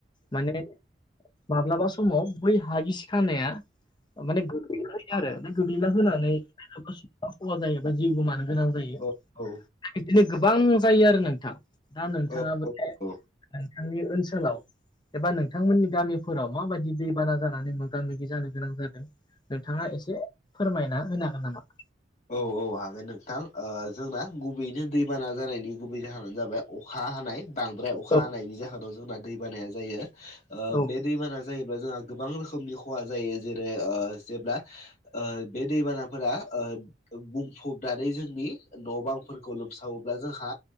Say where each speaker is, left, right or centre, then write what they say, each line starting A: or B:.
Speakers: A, on the left; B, on the left.
A: माने माब्लाबा समाव बै हागिसि खानाया माने गोग्लैना होयो आरो दा गोग्लैना होनानै इसिबां खहा जायोबा जिउ गोमानो गोनां जायो
B: औ औ
A: बिदिनो गोबां जायो आरो नोंथां दा नोंथांआबो
B: औ
A: नोंथांनि
B: औ
A: ओनसोलाव एबा नोंथांमोननि गामिफोराव माबादि दैबाना जानानै मोगा मोगि जानो गोनां जादों नोंथांआ एसे फोरमायना होनो हागोन नामा
B: औ औ हागोन नोंथां ओ जोंना गुबैयैनो दैबाना जानायनि गुबै जाहोनानो जाबाय अखा हानाय बांद्राय अखा
A: औ
B: हानायनि जाहोनाव जोंना दै बानाया जायो ओ
A: औ
B: बे दैबाना जायोब्ला जोंहा गोबां रोखोमनि खहा जायो जेरै ओ जेब्ला ओ बे दैबानाफोरा ओ ओ बुंफबनानै जोंनि न' बांफोरखौ लोमसावोब्ला जोंहा